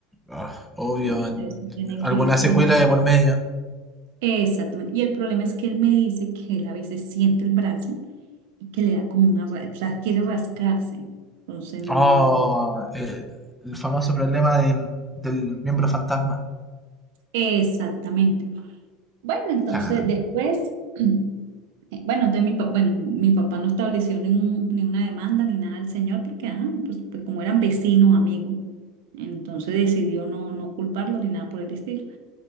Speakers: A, in the centre; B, on the right.
A: Ah, obvio,
B: no sé
A: en-
B: si tiene
A: alguna
B: que ver por
A: secuela
B: el...
A: de por medio.
B: Exactamente, y el problema es que él me dice que él a veces siente el brazo y que le da como una, ra- o sea, quiere rascarse, entonces no,
A: Oh, el, el famoso problema del, del miembro fantasma.
B: exactamente. Bueno, entonces
A: Ya,
B: después... <clears throat> Eh, Bueno, entonces mi, pa- bueno, mi papá no estableció ni, un- ni una demanda ni nada al señor porque, ajá, pues, pues, como eran vecinos, amigos, entonces decidió no, no culparlo ni nada por el estilo.